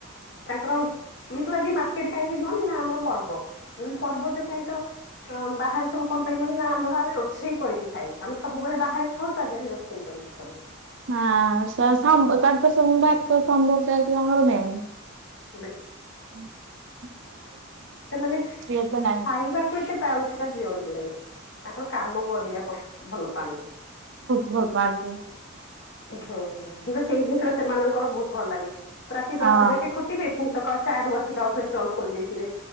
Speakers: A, on the left; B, on the right.
A: ତାଙ୍କର ମୁଁ କହିଲି ଆଜି ମାର୍କେଟ୍ କାହିଁକି ନା ବନ୍ଦ ନା ଆମର ପର୍ବ, ତେଣୁ ପର୍ବ ଯେ କାହିଁ ତ ତମ୍ ବାହାରେ ସବୁ କଣ ପାଇଁ ବନ୍ଦ୍ ନା ଆମର ଆମେ ରୋଷେଇ କରିକି ଖାଇବୁ ଆଉ ସବୁବେଳେ ବାହାରେ ଖାଉ ତା ଦେହରେ ରୋଷେଇ କରୁ। କି <unintelligible>
B: ହଁ ସସ୍ ହଁ ବ ତାଙ୍କର ସବୁ ଭାତ ସାମ୍ବର୍ ଯା ଯେ ତାଙ୍କର ମେନ୍।
A: ବେସ୍।
B: ହୁଁ।
A: ସେମାନେ ଖାଇବାକୁ
B: ଏତେ ନାହିଁ।
A: ଏତେ ପ୍ରାଉରୁଟି ଟା ଦିଅନ୍ତିନି। ତାଙ୍କ କାମକୁ ଅଧିକା ପ ଭଲ ପାଆନ୍ତି।
B: ଭଲ ପାଆନ୍ତି
A: ହୁଁ <unintelligible> ଗୁଟେ ସେଇ ଜିନିଷଟା ସେମାନଙ୍କର ବୋହୁତ ଭଲ ଲାଗେ। ରାତି
B: ହଁ।
A: ଦଶ ଯାକେ ଖ କରିବେ ପୁଣି ସକାଳ ଚାରିରୁ ବସିକି ଆଉ ଥରେ ଷ୍ଟଲ୍ ଖୋଲି ଦେଇଥିବେ।